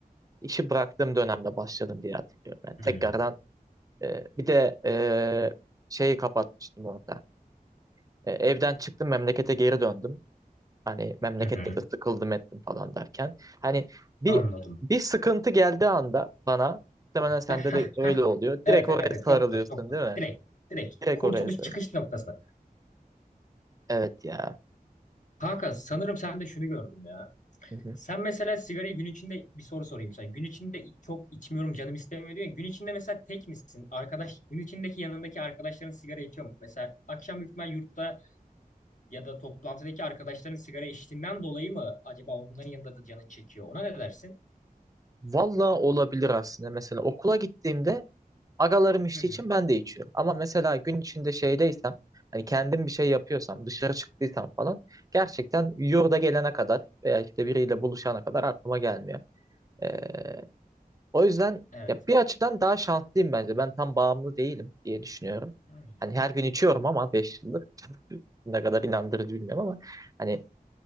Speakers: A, on the right; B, on the left.
A: işi bıraktığım dönemde başladım diye hatırlıyorum. Yani
B: Hmm.
A: tekrardan e, bir de e, şeyi kapatmıştım orada. E, evden çıktım memlekete geri döndüm. Hani memlekette
B: Hı hı.
A: de sıkıldım ettim falan derken. Hani bir
B: Anladım.
A: bir sıkıntı geldiği anda bana muhtemelen sende
B: <laughs>
A: de öyle oluyor.
B: Evet,
A: Direkt oraya
B: evet, evet.
A: sarılıyorsun
B: Çok doğru, çok doğru.
A: değil mi?
B: Direkt, direkt.
A: Direkt
B: Kurtuluş
A: oraya sarılıyorsun.
B: çıkış noktası.
A: Evet ya.
B: Kanka sanırım sen de şunu gördüm ya.
A: Hı hı.
B: Sen mesela sigarayı gün içinde bir soru sorayım sana. Gün içinde çok içmiyorum canım istemiyor diyor ya. Gün içinde mesela tek misin? Arkadaş gün içindeki yanındaki arkadaşların sigara içiyor mu? Mesela akşam büyük ihtimal yurtta ya da toplantıdaki arkadaşların sigara içtiğinden dolayı mı acaba onların yanında da canın çekiyor? Ona ne dersin?
A: Valla olabilir aslında. Mesela okula gittiğimde agalarım içtiği
B: Hı hı.
A: için ben de içiyorum. Ama mesela gün içinde şeydeysem hani kendim bir şey yapıyorsam dışarı çıktıysam falan gerçekten yurda gelene kadar veya işte biriyle buluşana kadar aklıma gelmiyor. Ee, o yüzden
B: Evet.
A: ya bir açıdan daha şanslıyım bence. Ben tam bağımlı değilim diye düşünüyorum.
B: Hmm.
A: Hani her gün içiyorum ama 5 yıldır ne kadar inandırıcı bilmiyorum ama hani